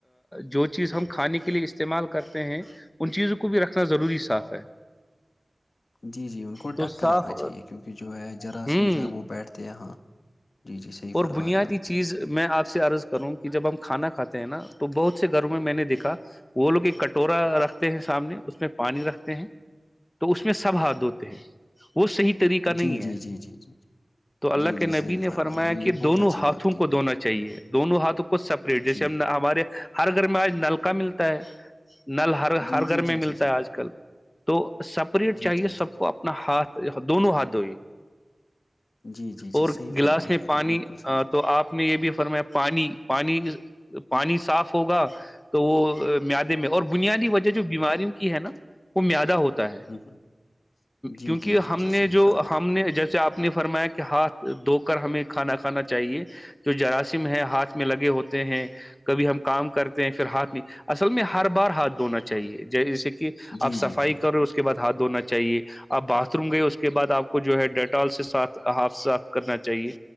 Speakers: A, on the left; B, on the left.
A: جو چیز ہم کھانے کے لیے استعمال کرتے ہیں ان چیزوں کو بھی رکھنا ضروری صاف ہے
B: جی جی ان کو
A: تو
B: ڈھک
A: صاف
B: کر رکھنا چاہیے کیونکہ جو ہے جراثیم
A: ہوں
B: جو ہے وہ بیٹھتے ہیں ہاں جی جی صحیح
A: اور
B: فرما
A: بنیادی
B: رہے آپ
A: چیز میں آپ سے عرض کروں کہ جب ہم کھانا کھاتے ہیں نا تو بہت سے گھروں میں میں نے دیکھا وہ لوگ ایک کٹورا رکھتے ہیں سامنے اس میں پانی رکھتے ہیں تو اس میں سب ہاتھ دھوتے ہیں وہ صحیح طریقہ نہیں
B: جی
A: ہے
B: جی جی جی جی
A: تو اللہ
B: جی
A: کے
B: جی
A: نبی
B: صحیح
A: نے
B: فرما
A: فرمایا
B: رہی ہے
A: کہ
B: یہ بہت
A: دونوں
B: اچھی
A: ہاتھ
B: بات
A: ہاتھوں
B: کی
A: کو دھونا چاہیے دونوں ہاتھوں کو سپریٹ جیسے
B: جی
A: ہم ہمارے ہر گھر میں آج نلکا ملتا ہے <unintelligible> نل ہر
B: جی
A: ہر
B: جی
A: گھر
B: جی
A: میں
B: جی
A: ملتا
B: جی
A: ہے آج کل تو سپریٹ
B: جی
A: چاہیے
B: جی جی
A: سب کو اپنا ہاتھ دونوں ہاتھ دھوئے
B: جی جی جی
A: اور
B: صحیح
A: گلاس
B: فرما
A: میں
B: رہے ہیں
A: پانی
B: ابھی بالکل صحیح
A: آ، تو آپ نے یہ بھی فرمایا پانی پانی پانی صاف ہوگا تو وہ میادے میں اور بنیادی وجہ جو بیماریوں کی ہے نا وہ میادہ ہوتا ہے
B: ہوں ہوں جی
A: کیونکہ
B: جی جی
A: ہم
B: جی
A: نے
B: صحیح
A: جو
B: فرما
A: ہم
B: رہے ہیں
A: نے جیسے آپ نے فرمایا کہ ہاتھ دھو کر ہمیں کھانا کھانا چاہیے جو جراثیم ہے ہاتھ میں لگے ہوتے ہیں کبھی ہم کام کرتے ہیں پھر ہاتھ نہیں اصل میں ہر بار ہاتھ دھونا چاہیے جیسے کہ
B: جی
A: آپ صفائی
B: جی جی
A: کر رہے ہو اس کے بعد ہاتھ دونا چاہیے آپ باتھ روم گئے اس کے بعد آپ کو جو ہے ڈیٹال سے ساتھ ہاف صاف کرنا چاہیے